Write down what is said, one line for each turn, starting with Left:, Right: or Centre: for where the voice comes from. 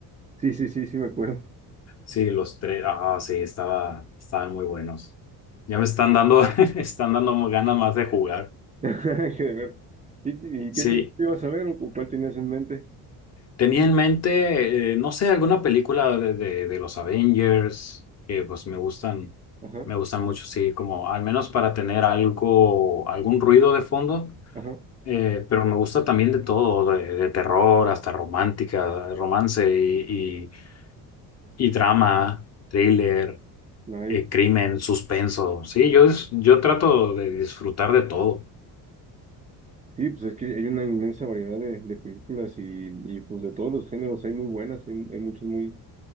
Right: sí, sí, sí, sí, me acuerdo.
Left: Sí, los tres, ah, sí, estaba, estaban muy buenos. Ya me están dando, <laughs> me están dando ganas más de jugar.
Right: <laughs> Qué de ver. ¿Y, y
Left: Sí,
Right: qué película ibas a ver o o cuál tenías en mente?
Left: Tenía en mente, eh, no sé, alguna película de, de, de los Avengers, que pues me gustan,
Right: Ajá,
Left: me gustan mucho, sí, como al menos para tener algo, algún ruido de fondo,
Right: ajá.
Left: eh, pero me gusta también de todo, de, de terror hasta romántica, romance y, y, y drama, thriller,
Right: Nice.
Left: eh, crimen, suspenso, sí, yo, es- yo trato de disfrutar de todo.
Right: Sí, pues es que hay una inmensa variedad de, de películas y, y pues de todos los géneros hay muy buenas, hay, hay muchas muy,